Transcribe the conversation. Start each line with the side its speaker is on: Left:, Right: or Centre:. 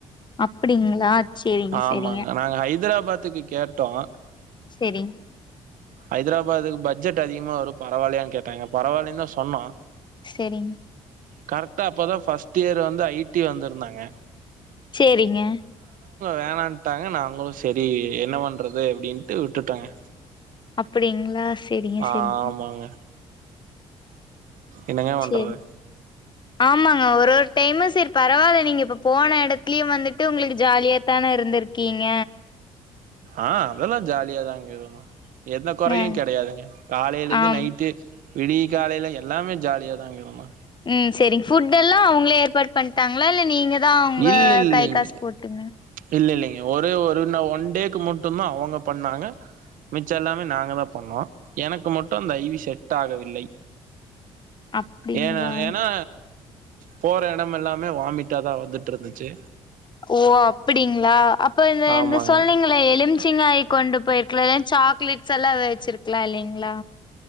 Left: அப்டிங்களா சேரிங்க
Right: ஆமாங்க
Left: சேரிங்க
Right: நாங்க ஹைதரா பாத்துக்கு கேட்டோம்
Left: சேரி
Right: ஹைதராபாதுக்கு பட்ஜெட் அதிகமா வரும் பரவாயில்லையான்னு கேட்டாங்க பரவாயில்லைன்னு தா சொன்னோம்
Left: சேரிங்க
Right: கரெக்ட்டா அப்பதான் ஃபர்ஸ்ட் இயர் வந்து ஐ டி வந்திருந்தாங்க
Left: சேரிங்க
Right: வேணனுட்டாங்க நாங்களும் சரி என்ன பண்றது அப்டின்ட்டு விட்டுட்டோங்க
Left: அப்டிங்களா சேரிங்க
Right: ஆ
Left: சேரிங்க
Right: ஆமாங்க என்னங்க பண்றது
Left: சேரி ஆமாங்க ஒரு ஒரு டைம் சேரி பரவால நீங்க இப்ப போன இடத்துலயும் வந்துட்டு உங்களுக்கு ஜாலியாத்தானே இருந்திருக்கீங்க
Right: ஆ அதெல்லாம் ஜாலியாதான்ங்க இருந்தோம் எந்த கொறையும்
Left: அ
Right: கெடையாதுங்க காலையில இருந்து
Left: ஆம்
Right: நைட்டு விடிய காலையில எல்லாமே ஜாலியா தாங்க இருந்தோம்
Left: ம் சேரி புட் எல்லா அவங்களே ஏற்பாடு பண்ணிட்டாங்களா இல்ல நீங்க எல்லாம் அவங்க
Right: இல்ல இல்லைங்க
Left: கை காசு போட்டு
Right: இல்ல இல்லைங்க ஒரே ஒரு ஒன் டேக்கு மட்டும் தான் அவங்க பண்ணாங்க மிச்சம் எல்லாமே நாங்க தான் பண்ணோம் எனக்கு மட்டும் அந்த ஐவி செட் ஆகவில்லை
Left: அப்டிங்களா
Right: ஏன ஏன்னா போற இடம் எல்லாமே வாமிட்டாதான் வந்துட்டு இருந்துச்சு
Left: ஓ அப்டிங்களா அப்ப
Right: ஆமாங்க
Left: இந்த சொன்னீங்களே எலுமிச்சிங்க கொண்டு போயிருக்கலா சாக்லேட்ஸ் எல்லா வச்சிருக்கலா இல்லலைங்களா